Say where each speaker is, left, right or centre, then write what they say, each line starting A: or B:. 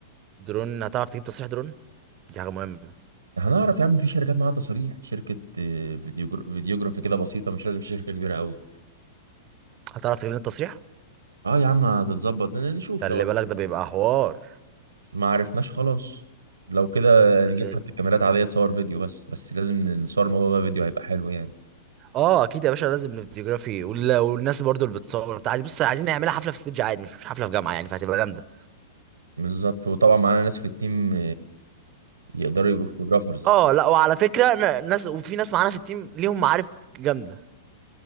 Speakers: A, on the right; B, on the right.
A: درون هتعرف تجيب تصريح درون دي حاجة مهمة
B: هنعرف يا عم في شركات معاها تصاريح شركه آه، فيديوجر... فيديوجرافي كده بسيطه مش لازم شركه كبيره قوي
A: هتعرف تجيب لنا التصريح
B: اه يا عم هتتظبط ن- نشوف
A: خلي
B: لو
A: بالك ده بيبقى حوار
B: ما عرفناش خلاص لو كده
A: خلي
B: نجيب حد كاميرات عاديه تصور فيديو بس بس لازم نصور الموضوع ده فيديو هيبقى حلو يعني
A: اه اكيد يا باشا لازم الفيديوغرافي وال... والناس برضو اللي بتصور بتاع بص عايزين نعملها حفلة في ستيدج عادي مش مش حفلة في جامعة يعني فهتبقى جامدة
B: بالظبط وطبعا معانا ناس في التيم يقدروا يبقوا فوتوجرافرز
A: اه لا وعلى فكرة ن- ناس وفي ناس معانا في التيم ليهم معارف جامدة